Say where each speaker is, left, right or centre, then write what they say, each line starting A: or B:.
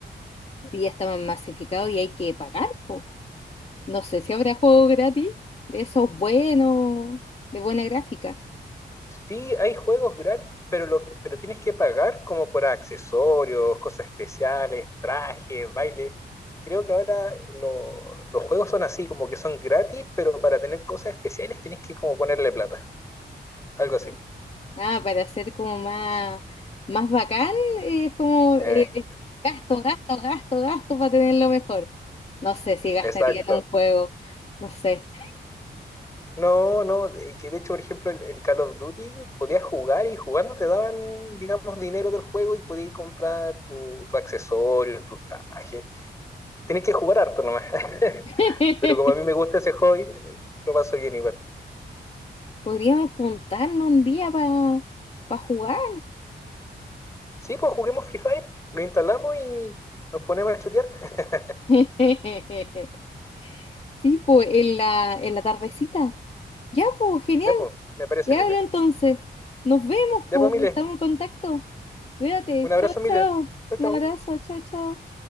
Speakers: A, on the left; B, on the left.
A: Sí, ya está masificado y hay que pagar, po. No sé si habrá juegos gratis de esos buenos, de buena gráfica.
B: Sí, hay juegos gratis, pero, lo que, pero tienes que pagar como por accesorios, cosas especiales, trajes, baile. Creo que ahora eh, lo- los juegos son así, como que son gratis, pero para tener cosas especiales tienes que como ponerle plata, algo así.
A: No. Ah, para hacer como más, más bacán, eh, es como eh,
B: Eh,
A: gasto, gasto, gasto, gasto para tenerlo mejor. No sé si gastaría
B: exacto.
A: en un juego, no sé.
B: No, no, eh, que de hecho, por ejemplo, el, el Call of Duty podías jugar y jugando te daban, digamos, dinero del juego y podías comprar tu, tu accesorios, tus trajes. Tenés que jugar harto nomás. <laughs>
A: <laughs>
B: Pero como a mí me gusta ese hobby, eh, lo paso bien igual.
A: Podríamos juntarnos un día para jugar.
B: Sí, pues juguemos Free Fire, lo instalamos y nos ponemos a chutear. <laughs>
A: <laughs> Sí, pues en la, en la tardecita. Ya, pues, genial.
B: Ya, pues, me parece,
A: Te
B: Mile.
A: hablo entonces. Nos vemos,
B: Ya,
A: pues.
B: pues, Mile.
A: Estamos en contacto. Cuídate.
B: Un abrazo,
A: Chao,
B: Mile.
A: chao.
B: Chau,
A: Un
B: chau.
A: abrazo. Chao, chao.